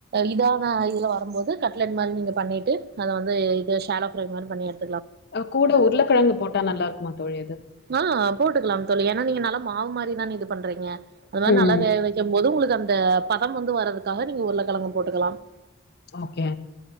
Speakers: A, on the right (about 45°); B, on the left (about 50°).
A: இதான இததுல வரும்போது கட்லட் மாரி நீங்க பண்ணிட்டு அதை வந்து இது ஷல ஃப்ரை மாரி பண்ணிடு
B: ஆ கூட உருளைக்கிழங்கு போட்டா நல்லா இருக்குமா தோழி அது
A: ஆ போட்டுக்கலாம் தோழி ஏன்னா நீங்க நல்லா மாவு மாரிதானே இது பண்றீங்க அது மாரி
B: ம்
A: நல்லா வேக வைக்கும் போது உங்களுக்கு அந்த இந்த பதம் வந்து வர்றதுக்காக நீங்க உருல கிழங்கு போட்டுக்கலாம்
B: ஓகே